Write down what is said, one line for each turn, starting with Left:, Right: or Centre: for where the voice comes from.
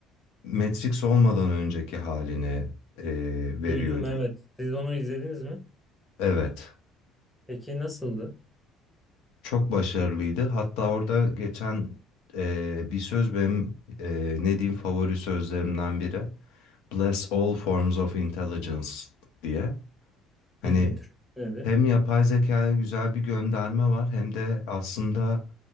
Left: Matrix olmadan önceki halini e, veriyor
Centre: Duydum
Left: diyeyim.
Centre: evet. Siz onu izlediniz mi?
Left: Evet.
Centre: Peki nasıldı?
Left: Çok başarılıydı. Hatta orada geçen e, bir söz benim e, ne diyeyim favori sözlerimden biri. Bless all forms of intelligence diye. Hani
Centre: Hı hı. Türkçesi nedir?
Left: Hem yapay zekaya güzel bir gönderme var hem de aslında